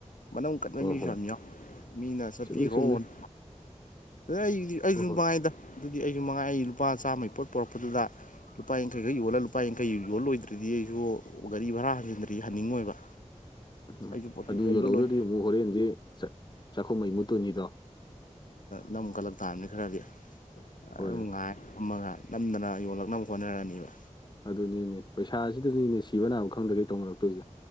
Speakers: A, on the left; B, on the left.
A: ꯃꯅꯝ ꯀꯠꯅ
B: ꯍꯣꯏ
A: ꯃꯤꯁꯨ
B: ꯍꯣꯏ
A: ꯌꯥꯝ ꯌꯥꯎ ꯃꯤꯅ ꯆꯠꯄꯤꯈ꯭ꯔꯣꯅ
B: ꯆꯨꯝꯃꯤ ꯆꯨꯝꯃꯤ
A: ꯑꯗꯨꯗ ꯑꯩꯒꯤꯗꯤ ꯑꯩꯁꯨ
B: ꯍꯣꯏ ꯍꯣꯏ
A: ꯃꯉꯥꯏꯗ ꯑꯗꯨꯗꯤ ꯑꯩꯁꯨ ꯃꯉꯥꯏ ꯑꯩ ꯂꯨꯄꯥ ꯆꯥꯝꯃꯩ ꯄꯣꯠ ꯄꯣꯔꯛꯄꯗꯨꯗ ꯂꯨꯄꯥ ꯌꯥꯡꯈꯩꯈꯩ ꯌꯣꯜꯂ ꯂꯨꯄꯥ ꯌꯥꯡꯈꯩ ꯌꯣꯜꯂꯣꯏꯗ꯭ꯔꯗꯤ ꯑꯩꯁꯨ ꯒꯥꯔꯤ ꯚꯔꯥ ꯍꯟꯖꯤꯟꯗ꯭ꯔꯗꯤ ꯍꯟꯅꯤꯡꯉꯣꯏꯕ
B: ꯎꯝ
A: ꯑꯩꯁꯨ ꯄꯣꯠꯇꯨ
B: ꯑꯗꯨꯁꯨꯣ
A: ꯌꯣꯟꯕ
B: ꯂꯧꯗ꯭ꯔꯗꯤ
A: ꯂꯣꯏ
B: ꯑꯃꯨꯛ ꯍꯣꯔꯦꯟꯗꯤ ꯆꯥꯛꯈꯨꯝꯍꯩ ꯃꯨꯠꯇꯨꯅꯤꯗꯣ
A: ꯅꯝꯨ ꯀꯠꯂꯛ ꯇꯥꯕꯅꯤ ꯈꯔꯗꯤ
B: ꯍꯣꯏ
A: ꯑꯗꯨꯝ ꯉꯥꯏ ꯑꯃꯒ ꯅꯝꯗꯅ ꯌꯣꯜꯂꯛꯅꯕ ꯍꯣꯠꯅꯔꯛꯑꯅꯤꯕ
B: ꯑꯗꯨꯅꯤꯅꯦ ꯄꯩꯁꯥꯁꯤꯗꯅꯤꯅꯦ ꯁꯤꯕ ꯅꯥꯕ ꯈꯪꯗ ꯀꯩ ꯇꯧꯅꯔꯛꯇꯣꯏꯁꯦ